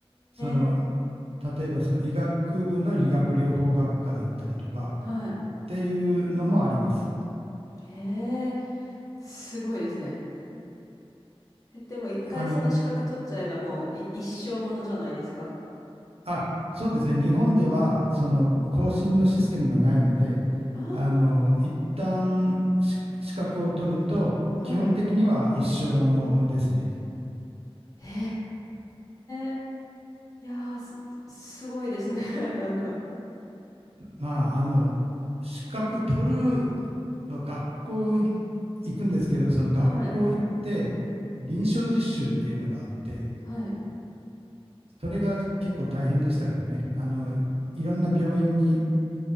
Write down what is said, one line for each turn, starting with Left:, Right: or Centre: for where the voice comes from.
Right: その
Left: え、
Right: 例えばその医学部の理学療法学科だったりとかっ
Left: はい。
Right: ていうのもあります。
Left: へえ、すごいですね。え、でも一回その資格取っちゃえばもうい一生ものじゃないですか。
Right: あの、あ、そうですね、日本ではその更新のシステムがないので、
Left: ああ、
Right: あの、一旦し資格を取ると、
Left: はい。
Right: 基本的には一生ものですね。
Left: へえ、いやー、す、すごいですね。<laughs> なんか。
Right: まあ、あの、資格取るの学校い行くんですけど、その学校行って、
Left: はい。
Right: 臨床実習っていうのがあって、
Left: はい。
Right: それが結構大変でしたけどね、あの、いろんな病院に